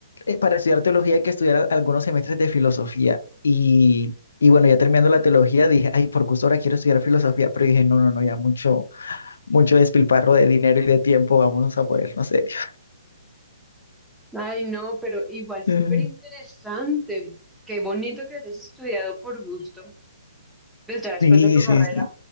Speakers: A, on the left; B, in the centre.
A: eh, para estudiar teología hay que estudiar al- algunos semestres de filosofía. Y, y bueno, ya terminando la teología, dije, ay, por gusto ahora quiero estudiar filosofía, pero dije, no, no, no, ya mucho, mucho despilfarro de dinero y de tiempo, vamos a ponernos serios.
B: Ay, no, pero igual súper
A: Mm.
B: interesante. Qué bonito que hayas estudiado por gusto. Pues ya después
A: Sí,
B: de tu
A: sí,
B: carrera,
A: sí.